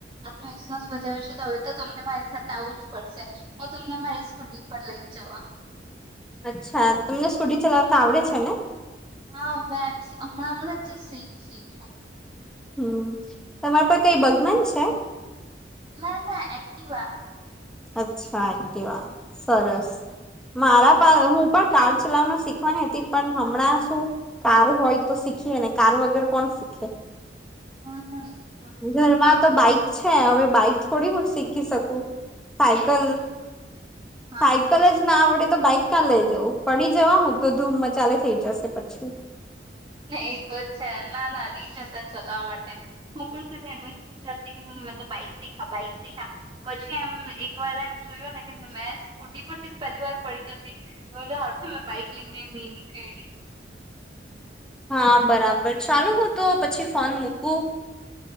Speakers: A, on the right; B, in the centre.
A: આપણે વિશ્વાસ વધાર્યો છે હવે તો તમને મારી સાથે આવું જ પડશે હું તમને મારી સ્કૂટી પર લઈ જવા.
B: અચ્છા તમને સ્કૂટી ચલાવતા આવડે છે ને?
A: હા મેમ, હમણાં હમણાં જ શીયખી છું.
B: હમ્મ, તમારા પર કઈ બદનામ છે?
A: ના ના એક્ટીવા.
B: અચ્છા વાત સરસ મારા
A: કેમ
B: પા હું પણ કાર ચલાવનું શીખવાની હતી પણ હમણાં શું કાર હોય તો શીખીએ ને કાર વગેર કોણ ખે.
A: હા નઈ
B: ઘરમાં તો બાઈક છે હવે બાઈક થોડી હું જ શીખી શકું. સાઈકલ
A: હા
B: સાયકલ
A: હા
B: જ ના આવડે તો બાઈક ક્યાં લઈ લેવ પડી જવા હું તો ધૂમ મ ચાલે થઇ જશે. પછી
A: એ તો જ છે ના ના ની જતા ચલાવવા માટે. હું પણ પેલા એમ જ વિચારતી કે નહી તો બાઈક શીખા બાઈક સીખા પછી એક વાર એમ જોયો ને કે મે ફૂટ પર થી પહેલી વાર પડી જતી જા તો મેં બાઈક લઈને ની નીકયલી.
B: હા બરાબર, ચાલો હું તો પછી ફોન મૂકું.